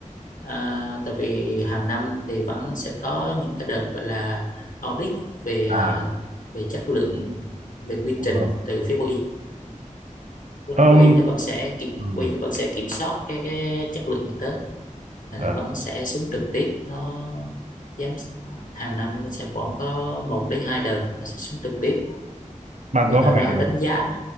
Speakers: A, on the left; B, on the right.
A: à, tại vì hàng năm thì vẫn sẽ có những cái đợt gọi là audit về
B: à
A: à, về chất lượng về quy
B: đúng
A: trình
B: rồi
A: từ phía Boeing
B: ờm,
A: Boeing nó vẫn sẽ kiểm
B: ừm,
A: Boeing nó vẫn sẽ kiểm soát cái, cái chất lượng bên tớ là
B: ờ,
A: nó vẫn sẽ xuống trực tiếp nó giám hàng năm nó sẽ khoảng có một đến hai đợt nó sẽ xuống trực tiếp
B: bạn
A: gọi
B: có
A: là nó
B: phải
A: đánh giá